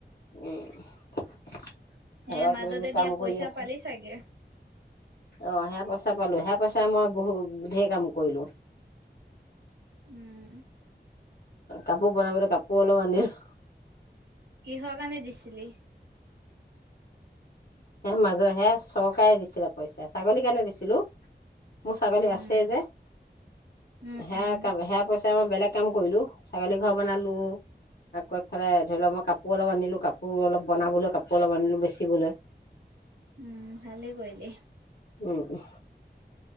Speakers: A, on the left; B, on the right.
A: উম। <unintelligible> ঘৰৰ
B: এ মাজতে
A: কিবা কিবি
B: দিয়া
A: কাম
B: পইচা
A: কৰি আছো
B: পালি চাগে।
A: অ সেই পইচা পালো সেই পইচাৰে মই বহুত ঢেৰ কাম কৰিলো।
B: উম
A: কা <inaudible> প পন পৰে কাপ অ্লো আন্দ <unintelligible>
B: কিহৰ কাৰণে দিছিলি।
A: হে মাজৰ হে চৰকাৰে দিছিলে পইচা ছাগলী কাৰণে দিছিলো। মোৰ ছাগলী
B: উম
A: আছেএ যে
B: উম
A: হেয়া
B: উম।
A: কাম হেয়া পইচা ত মই বেলেগ কাম কৰিলো ছাগলী ঘৰ বনালো আঁক এফালে ধৰি লওক মই কাপোৰ অলপ আনিলো কাপোৰ অলপ বনাবলৈ কাপোৰ অলপ আনিলো বেচিবলৈ
B: উম ভালে কৰিলি
A: উম উহ